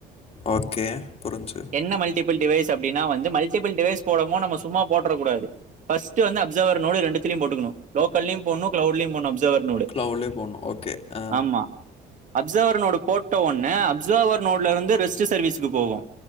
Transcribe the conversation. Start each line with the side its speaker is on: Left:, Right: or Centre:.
Left: ஓகே புரிஞ்சு
Right: என்ன மல்ட்டிபுள் டிவைஸ் அப்டினா வந்து மல் டிபிள் டிவைஸ் போடமோ நம்ம சும்மா போட்றகூடாது ஃபஸ்ட்டு வந்து அப்ஸ் சோவர் நோடு ரெண்டுத்துலியு போட்டுக்குணு லோக்கல்யு போட்ணு க்ளவுட்லியு போட்னு அப்ஸ் சவர்னோடு
Left: க்ளவுட்லேயே போகணும் ஓகே ஆ
Right: ஆமா அப்சவர்னோடு போட்ட ஒன்னே அப்சர்வர் நோட்ல வந்து ரெஸ்ட்டு சர்வீஸ்க்கு போவோ